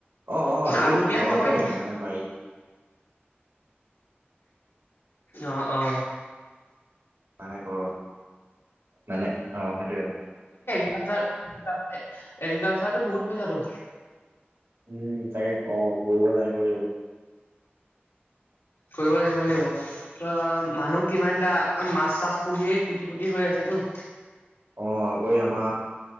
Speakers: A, on the right (about 85°); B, on the left (about 85°).
A: অ' অ' এইবোৰ
B: আলু পিয়াজ
A: ঘৰতে
B: নকয় নি?
A: মানে বাৰীত
B: অ' অ'।
A: মানে ঘৰত। মানে অ' সেইটোৱে আৰু।
B: <unintelligible> এগ্ৰিকালচাৰতো বহুত পইচা তো।
A: উম তাকে অ কৰিব জানিব লাগিব।
B: কৰিব জানিব লাগিব <unintelligible> আৰাম মানুহ কিমানটা মাছ চাছ পুহিয়েই কুটি পুটি হৈ আছে তো।
A: অ আকৌ এই আমাৰ